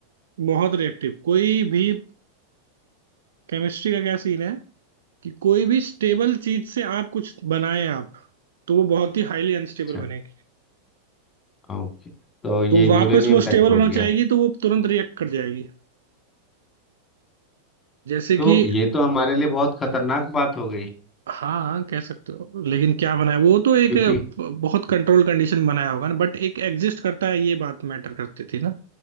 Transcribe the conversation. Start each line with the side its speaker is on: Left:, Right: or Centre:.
Right: बहुत रिएक्टिव कोई भी केमिस्ट्री का क्या सीन है कि कोई भी स्टेबल चीज से आप कुछ बनाए आप तो वो बहुत ही हाईली अनस्टेबल
Left: अच्छा
Right: बनेगी
Left: ओके तो ये
Right: तो
Left: यूरेनियम
Right: वापस वो स्टेबल
Left: टाइप हो
Right: होना
Left: गया
Right: चाहेगी तो वो तुरंत रिएक्ट कर जाएगी जैसे
Left: तो
Right: कि
Left: ये तो हमारे लिए बहुत खतरनाक बात हो गई
Right: हाँ हाँ, कह सकते हो लेकिन क्या बनाया वो तो एक
Left: क्योंकि
Right: अ, बहुत कंट्रोल कंडीशन बनाया होगा ना बट एक एग्जिस्ट करता है ये बात मैटर करती थी ना